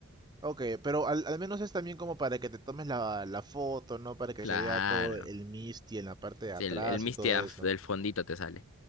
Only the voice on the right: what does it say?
Ok, pero al, al menos es también como para que te tomes la, la foto, ¿no? Para que
se vea todo el Misty en la parte de atrás
y todo
eso.